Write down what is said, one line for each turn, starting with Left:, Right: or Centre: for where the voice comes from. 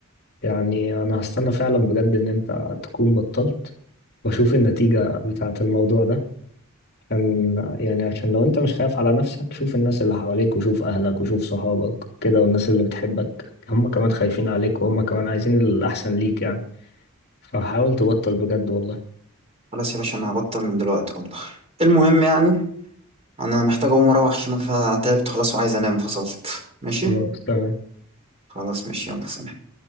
Left: يعني انا هستنى فعلا بجد ان انت تكون بطلت واشوف النتيجة بتاعة الموضوع ده عشان يعني عشان لو انت مش خايف على نفسك شوف الناس اللي حواليك وشوف اهلك وشوف صحابك كده والناس اللي بتحبك هم كمان خايفين عليك وهم كمان عايزين الاحسن ليك يعني فحاول تبطل بجد والله
Right: خلاص يا باشا انا هبطل من دلوقتي والله المهم يعني انا محتاج اقوم اروح عشان انا تعبت خلاص وعايز انام فصلت ماشي
Left: خلاص تمام
Right: خلاص ماشي يلا سلام